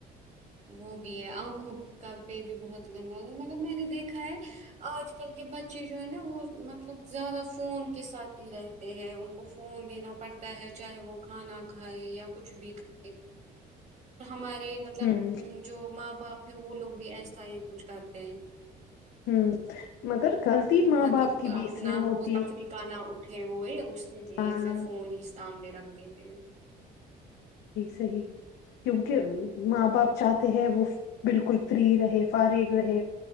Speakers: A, on the right; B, on the left.
A: وہ بھی ہے آنکھوں کا پے بھی بہت گداز ہے مگر میں نے دیکھا ہے آج کل کے بچے جو ہے نا وہ مطلب زیادہ فون کے ساتھ ہی رہتے ہیں ان کو فون دینا پڑتا ہے چاہے وہ کھانا کھائے یا کچھ بھی کھائے ہمارے مطلب
B: ہوں
A: ا جو ماں باپ ھر وہ لوگ بھی ایسا ہی کچھ کرتے ہیں
B: ھمم مگر غلطی ماں
A: مطلب
B: باپ کے بیچ
A: اپنا
B: میں ہوتی
A: وہ تفریقہ
B: ہے
A: نہ اٹھے ہوئے اس کے لیے
B: ہاں
A: پھر فون ہی سامنے رکھ دی تھے
B: صحی کیونکہ ماں باپ چاہتے ہیں وہ بالکل فری رہے فارغ رہے